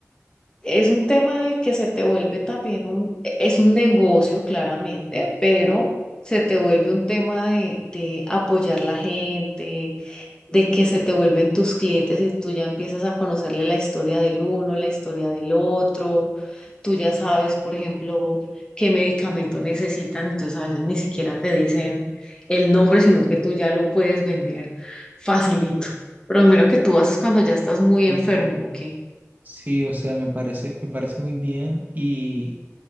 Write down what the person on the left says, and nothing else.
es un tema de que se te vuelve también un, es un negocio claramente, pero se te vuelve un tema de, de apoyar la gente, de que se te vuelven tus clientes y tú ya empiezas a conocerle la historia del uno, la historia del otro, tú ya sabes, por ejemplo, qué medicamento necesitan, entonces a veces ni siquiera te dicen el nombre, sino que tú ya lo puedes vender facilito. Pero lo primero que tú haces cuando ya estás muy
enfermo, ¿o qué?